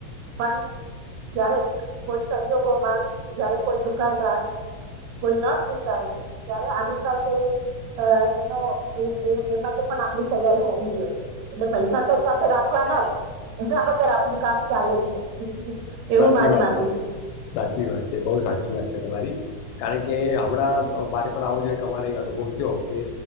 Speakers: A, on the right; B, on the left.
A: પણ જ્યારે કોઈ સંજોગો માંગ જયારે કોઈ દુકાનદાર કોઈ ન સ્વીકારે ત્યારે આપણી પાસે એનો એ માટે પણ આપણી તૈયારીઓ હો. જોઈ એટલે પૈસા તો સાથે રાખવાના જ એના વગર આપણું કામ ચાલે જ નહી એવું
B: સાચી
A: મારું
B: વાત
A: માનવું
B: છે સાચી વાત છે બહું સાચી વાત છે તમારી. કારણ કે હમણાં મારે પણ આવો જો અમારે એક અનુભવ થયો કે